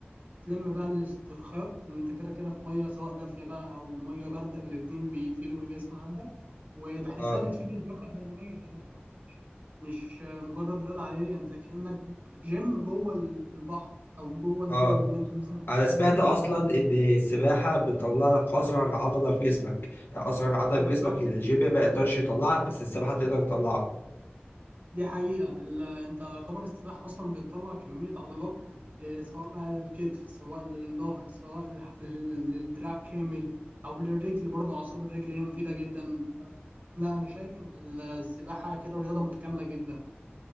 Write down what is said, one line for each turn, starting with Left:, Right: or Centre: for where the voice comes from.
Right: تلم بقى الاسترخاء إن انت كده كده في ميه سواء دافيه بقى او ميه بارده الاتنين بيفيدوا الجسم عندك وبحسها
Left: اه
Right: بتفيد اللياقه البدنيه لان هي برضو مش مش مجرد رياضه عاديه يعني انت كانك جيم جوه البحر او جوه البول
Left: اه
Right: اللي انت مثلا بتعوم
Left: انا سمعت
Right: فيه
Left: اصلا ان السباحه بتطلع لك اصغر عضله في جسمك يعني اصغر عضله
Right: بالظبط
Left: في جسمك الجيم ما يقدرش يطلعها بس السباحه تقدر تطلعها
Right: دي حقيقة ال- انت يعتبر السباحة اصلا بتطلع كمية عضلات آه، سواء بقى للكتف سواء للظهر سواء لل- للدراع كامل او للرجل برضو اعصاب الرجل هي مفيدة جدا ف لا انا شايف ان ال- السباحة كده رياضة متكاملة جدا